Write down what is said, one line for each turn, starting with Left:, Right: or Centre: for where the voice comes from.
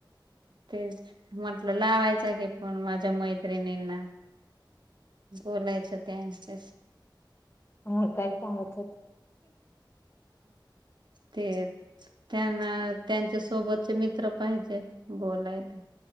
Right: तेच म्हटलं लावायच की फोन माझ्या मैत्रिणींना बोलायचं त्यांच्याशी
Left: हम्म काय सांगत होत
Right: ते त्यांना त्यांच्या सोबतचे मित्र पाहिजे बोलायला.